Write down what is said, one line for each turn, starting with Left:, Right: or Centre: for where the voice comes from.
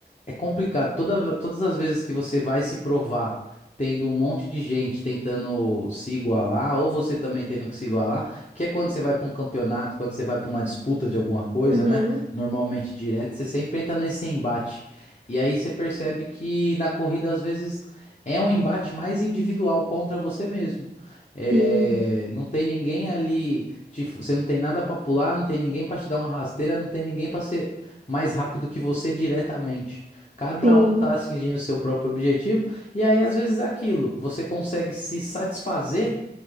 Left: É complicado. Toda, todas as vezes que você vai se provar, tendo um monte de gente tentando se igualar, ou você também tendo que se igualar. Que é quando você vai para um campeonato, quando você vai para uma disputa de alguma coisa,
Right: Uhum.
Left: né? Normalmente direto, você sempre entra nesse embate. E aí você percebe que na corrida, às vezes, é um embate mais individual contra você mesmo. É,
Right: Sim,
Left: não tem ninguém ali, te- você não tem nada para pular, não tem ninguém para te dar uma rasteira, não tem ninguém para ser mais rápido que você diretamente. Cada
Right: sim,
Left: um tá atingindo o seu próprio objetivo, e aí às vezes é aquilo, você consegue se satisfazer